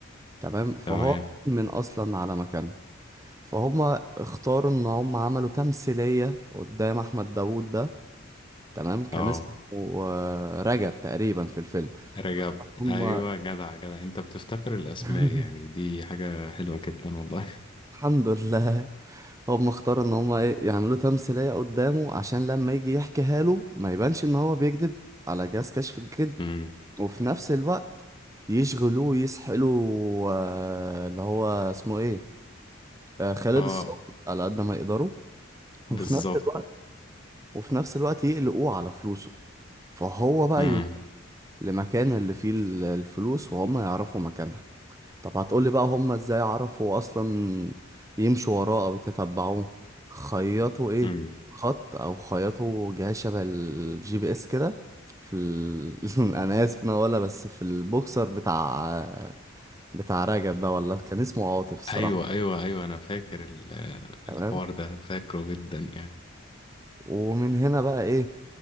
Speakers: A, on the right; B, on the left.
A: تمام فهو
B: تمام
A: من اصلا على مكانه فهم اختاروا ان هم عملوا تمثيلية قدام احمد داوود ده تمام كان
B: اه
A: اسمه آه، رجب تقريبا في الفيلم
B: رجب
A: هم
B: أيوه جدع جدع أنت بتفتكر الأسماء
A: <laughs>
B: يعني دي حاجة حلوة جدا والله
A: الحمد لله هم اختاروا ان هم ايه يعملوا تمثيلية قدامه عشان لما يجي يحكيها له ما يبانش ان هو بيكذب على جهاز كشف الكذب
B: مم.
A: وفي نفس الوقت يشغلوه يسحلوا آه، اللي هو اسمه ايه آه، خالد
B: اه
A: الصاوي على قد ما يقدروا
B: بالظبط
A: وفي نفس الوقت وفي نفس الوقت يقلقوه على فلوسه فهو بقى
B: مم.
A: يروح لمكان اللي فيه ال- الفلوس وهم يعرفوا مكانها طب هتقولي بقى هم ازاي عرفوا اصلا يمشوا وراه او يتتبعوه خيطوا ايه
B: مم.
A: خط او خيطوا جهاز شبه الجي بي اس كده في ال... <laughs> انا اسف إن انا اقولها بس في البوكسر بتاع بتاع رجب ده والله كان اسمه عاطف الصراحة
B: أيوه أيوه أيوه أنا فاكر ال- الحوار
A: تمام
B: ده فاكره جدا
A: ومن هنا بقى ايه